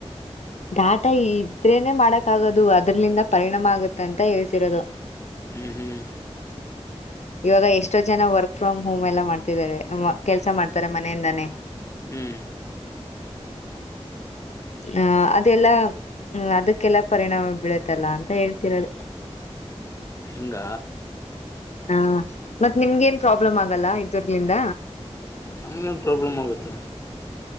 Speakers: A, on the left; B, on the left.
A: ಡಾಟಾ ಇದ್ರೇನೆ ಮಾಡಕ್ ಆಗೋದು ಅದ್ರಲಿಂದ ಪರಿಣಾಮ ಆಗತ್ತೆ ಅಂತ ಹೇಳ್ತಿರೋದು.
B: ಹ್ಮ್ ಹ್ಮ್
A: ಇವಾಗ ಎಷ್ಟೋ ಜನ ವರ್ಕ್ ಫ್ರಮ್ ಹೋಮ್ ಎಲ್ಲ ಮಾಡ್ತಿದ್ದಾರೆ ಕೆಲ್ಸ ಮಾಡ್ತಾರೆ ಮನೆಯಿಂದಾನೇ
B: ಹ್ಮ್
A: ಹ ಅದೆಲ್ಲ್ಮ ಅದಕ್ಕೆಲ್ಲ ಪರಿಣಾಮ ಬೀಳತ್ತಲ್ಲ ಅಂತ ಹೇಳ್ತಿರದು
B: ಹಂಗ
A: ಹಾ ಮತ್ ನಿಮ್ಗೇಏನ್ ಪ್ರಾಬ್ಲಮ್ ಆಗಲ್ಲ ಇದರ್ಲಿಂದ
B: ನಮ್ಗ ಏನ್ ಪ್ರಾಬ್ಲಮ್ ಆಗುತ್ತೆ